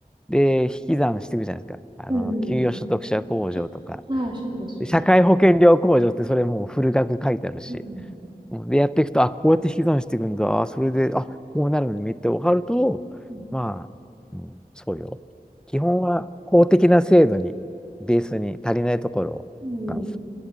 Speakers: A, in the centre; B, on the right (about 30°).
A: で、引き算していくじゃないですか。あの、
B: うん。
A: 給与所得者控除とか、
B: うんちょ、はい、そうですね。
A: で社会保険料控除ってそれもうフル額書いてあるし。
B: うん。
A: うんで、やっていくと、あ、こうやって引き算していくんだ。それで、あ、こうなるのにめっちゃ分かると、
B: うん。
A: まあ、うん、そうよ。基本は公的な制度に、ベースに足りないところなん
B: うん。